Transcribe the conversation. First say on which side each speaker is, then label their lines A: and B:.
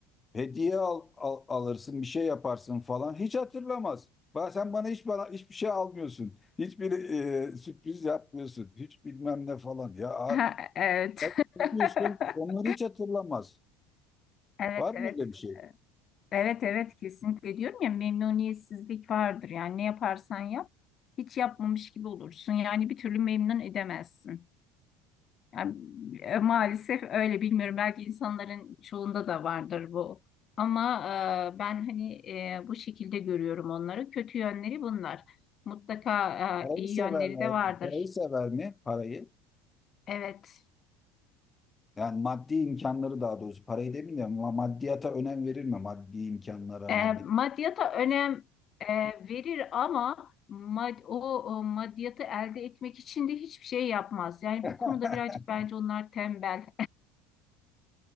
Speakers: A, on the left; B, on the left.
A: hediye al, al- alırsın, bir şey yaparsın falan. Hiç hatırlamaz. Ba- Sen bana hiç bana hiçbir şey almıyorsun. Hiçbir e, sürpriz yapmıyorsun. Hiç bilmem ne falan. Ya a-
B: Ha, evet.
A: bak yapıyorsun,
B: <laughs>
A: onları hiç hatırlamaz.
B: Evet
A: Var mı
B: evet.
A: öyle bir şey?
B: Evet evet kesinlikle diyorum ya memnuniyetsizlik vardır. Yani ne yaparsan yap hiç yapmamış gibi olursun. Yani bir türlü memnun edemezsin. Yani, e, maalesef öyle bilmiyorum. Belki insanların çoğunda da vardır bu. Ama e, ben hani e, bu şekilde görüyorum onları. Kötü yönleri bunlar. Mutlaka
A: Parayı
B: e, iyi
A: severler,
B: yönleri de vardır.
A: parayı sever mi? Parayı.
B: Evet.
A: Yani maddi imkanları daha doğrusu. Parayı demeyeyim de ma- maddiyata önem verir mi? Maddi imkanlara,
B: E,
A: maddi.
B: maddiyata önem e, verir ama mad o, o maddiyatı elde etmek için de hiçbir şey yapmaz. Yani
A: <laughs>
B: bu konuda birazcık bence onlar tembel